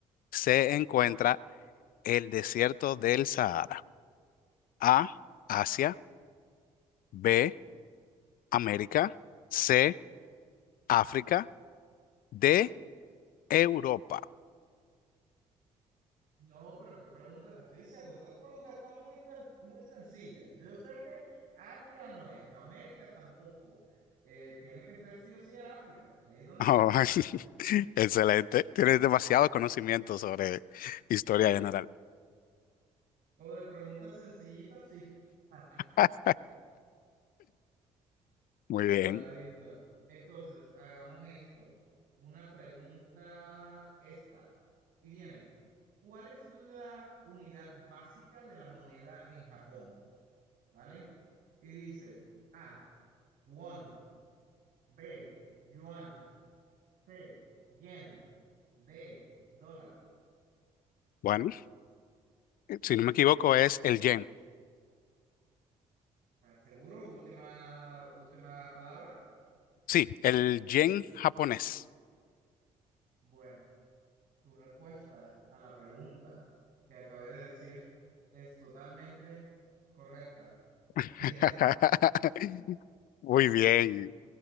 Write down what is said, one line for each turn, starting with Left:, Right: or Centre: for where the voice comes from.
Left: se encuentra el desierto del Sahara? A, Asia, B, América, C, África, D, Europa.
Right: No, pero qué pregunta te estoy diciendo. Estas preguntas están muy, sen- muy sencillas. Yo sé que Asia no es, América tampoco. Eh, tiene que ser sí o sí en África. Ahí es donde está.
Left: Oh, <laughs> excelente. Tienes demasiado conocimiento sobre historia general.
Right: O de preguntas sencillitas, sí. <laughs>
Left: <laughs> Muy
Right: Bueno,
Left: bien.
Right: dale, listo. Entonces, hagamos esto. Una pregunta esta. Y viene, ¿cuál es la unidad básica de la moneda en Japón? ¿Vale? Y dice A, won, B, yuan, C, yen, D, dólar.
Left: Bueno, si no me equivoco, es el yen.
Right: ¿Estás seguro? Última, última palabra.
Left: Sí, el yen japonés.
Right: Bueno, tu respuesta a la pregunta que acabé de decir es totalmente correcta. <laughs>
Left: <laughs>
Right: Bien.
Left: Muy bien.